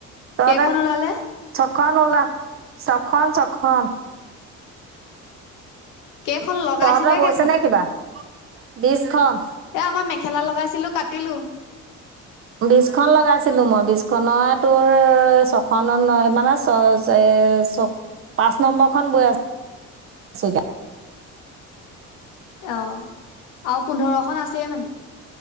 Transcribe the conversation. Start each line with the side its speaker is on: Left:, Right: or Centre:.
Right: তহঁতে
Left: কেইখন ওলালে?
Right: ছখন ওলা ছখন ছখন।
Left: কেখন লগাইছিলে
Right: তহঁতৰ বৈছে
Left: কেখন?
Right: নে কিবা বিশখন
Left: এয়া মই মেখেলা লগাইছিলো কাটিলোঁ।
Right: বিছখন লগাইছিলো মই বিছ খনয়ে তোৰ ছখনত নয় মানেচ চয় চে চ পাঁচ নম্বৰ খন বয় আছ ছ য <inaudible>
Left: অ আওঁ পোন্ধৰখন আছেই মানে?